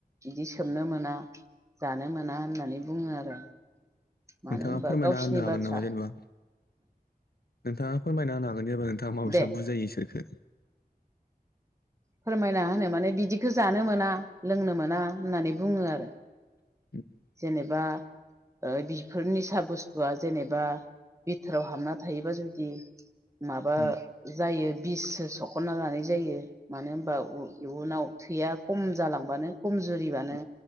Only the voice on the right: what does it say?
बिदि सोबनो
मोना। जानो मोना होननानै बुङो आरो। मानो
होनबा
गावसिनि
बाथ्रा
दे
फोरमायना होनोनाय माने बिदिखो जानो मोना लोंनो मोना होननानै बुङो आरो।
जेनेबा ओ बिफोर निसा बुस्थुआ जेनेबा बिथोराव हाबना थायोबा जुदि माबा
जायो बिससो सख'नना लानाय जायो। मानो होनबा उ इयुनाव थैया खम जालांबानो खमजुरिबानो